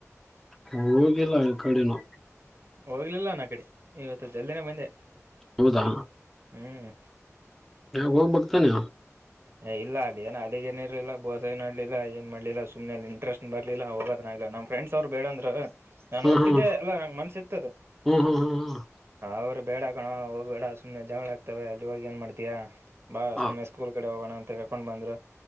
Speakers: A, in the centre; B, on the right.
A: ಹೋಗಿಲ್ಲ ಆ ಆಕಡೆನು
B: ಹೋಗ್ಲಿಲ್ಲ ನನ್ ಕಡೆ ಇವತ್ತು ಜಲ್ದಿನೇ ಬಂದೆ
A: ಹೌದಾ
B: ಹ್ಮ್
A: ಹೋಗಬೇಕು ತಾನೇ
B: ಹ ಇಲ್ಲ ಅದೇನ ಅಲ್ಲಿ ಏ ಇರ್ಲಿಲ್ಲ ಬೋಸ ಏನ್ ಮಾಡಲಿಲ್ಲ ಏನ್ ಮಾಡಲಿಲ್ಲ ಸುಮ್ನೆ ಲ್ಲಿರುವ ಇಂಟೆಸ್ಟ್ ಬರ್ಲಿಲ್ಲ ಹೋಗದಲ ಫ್ರೆಂಡ್ಸ್ ಅವ್ರು ಬೇಡ ಅಂದ್ರು ನಾನು
A: ಹ್ಮ್
B: ಹೋಗ್ತಿದ್ದೆ
A: ಹ್ಮ್
B: ಅಲ್ಲ ನನಗೆ ಮನಸ್ಸು ಇತ್ತು
A: ಹ್ಮ್ ಹ್ಮ್ ಹ್ಮ್
B: ಅವ್ರು ಬೇಡ ಕಣೊ ಹೋಗ್ ಬೇಡ ಸುಮ್ಮನೆ ಜಗಳ ಆಗ್ತವೆ ಅಲ್ಲಿ ಹೋಗಿಏನ್ ಮಾಡ್ತಯಾ ಬಾ
A: ಹ
B: ಸುಮ್ನೆ ಸ್ಕೂಲ್ ಕಡೆ ಹೋಗೋಣ ಅಂತ ಕರ್ಕೊಂಡ್ ಬಂದ್ರ